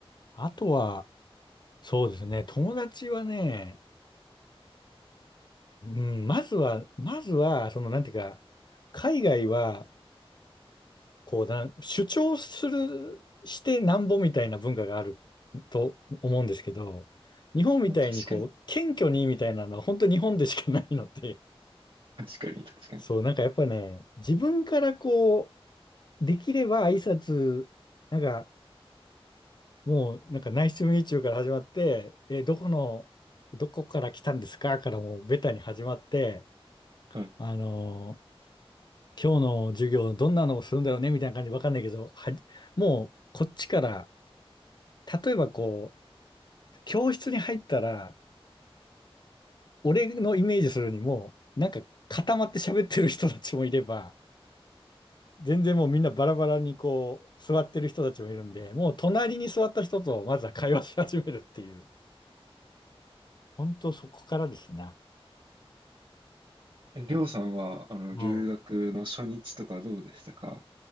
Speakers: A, on the left; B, on the right.
A: あとは、そうですね、友達はね、うん、まずは、まずは、その、なんていうか、海外は、こうなん、主張する、してなんぼみたいな文化があると思うんですけど、日本みたいにこう、
B: まあ、確かに、
A: 謙虚にみたいなのは本当日本でしかないので、
B: 確かに、確かに。
A: <laughs> そう、なんかやっぱね、自分からこう、できれば挨拶、なんか、もうなんかナイスミーチューから始まって、え、どこの、どこから来たんですかからもうベタに始まって、
B: はい。
A: あのー今日の授業どんなのをするんだろうねみたいな感じわかんないけど、はもうこっちから、例えばこう、教室に入ったら、俺のイメージするにも、なんか固まって喋ってる人たちもいれば、全然もうみんなバラバラにこう、座ってる人たちもいるんで、もう隣に座った人とまずは会話し始めるっていう、本当そこからですな。
B: えりょうさんは、あの、
A: うん
B: 留学の初日とかどうでしたか